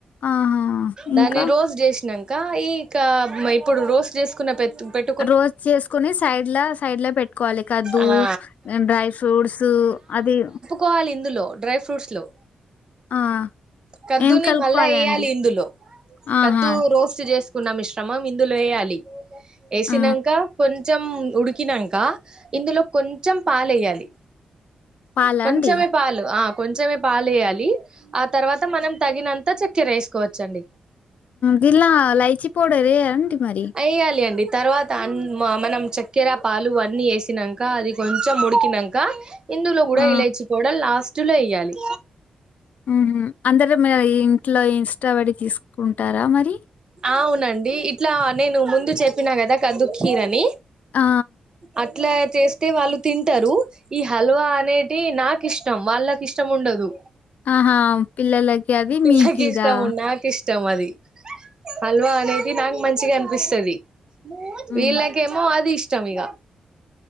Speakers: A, on the left; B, on the right.
A: ఆహా!
B: దాన్ని
A: ఇంకా
B: రోస్ చేసినాక ఇక ఇప్పుడు రోస్ చేసుకున్న పె పెట్
A: రోస్ట్ చేసుకుని సైడ్లా సైడ్ లో పెట్టుకోవాలి కద్దు
B: ఆ
A: డ్రై ఫ్రూట్స్ ఊ అది
B: కోవాలి ఇందులో డ్రై ఫ్రూట్స్ లో
A: ఆ!
B: కద్దుని
A: ఏం కలుపుకోవాలండి?
B: మళ్ళా వేయాలి ఇందులో
A: ఆహా!
B: కద్దు రోస్ట్ చేసు న్న మిశ్రమం ఇందులో వేయాలి ఏసినంక
A: ఆ!
B: కొంచెం ఉడికినంక ఇందులో కొంచెం పాలు ఏయాలి.
A: పాలా
B: ఓ కొంచమే
A: అండి?
B: పాలు ఆ కొంచమే పాలు ఏయాలి ఆ తర్వాత మనం తగినంత చ వేసుకోవచ్చండి
A: దిల్లా ఇలాచి పౌడర్ ఏంటి మరి
B: వేయాలి అండి తర్వాత అన్ మ మనం చక్కెర పాలు అన్నీ ఏసినాక అది కొంచెం ఉడికినం ఇందులో కూడా
A: ఆ!
B: ఇలైచి పౌడర్ లాస్ట్ లో వె య్యాలి
A: ఊహు అందరూ మీరు ఇంట్లో ఇష్ట పడి తీసుకుంటారా మరి
B: అవునండి ఇట్లా నేను ముందు చెప్పినా కదా కద్దు కీర్ అని
A: ఆ
B: అట్లా చేస్తే వాళ్ళు తింటారు ఈ హల్వా అనేటి నాకు ఇష్టం వాళ్ళకి ఇష్టం ఉండదు.
A: ఆహా పిల్లలకి అది
B: పిల్లకి
A: మీకు ఇదా
B: ఇష్టం నాకు ఇష్టం అది హల్వా అనేది నాకు మంచిగా అనిపిస్తుది
A: హ్మ్.
B: వీళ్ళ కేమో అది ఇష్టం ఇగ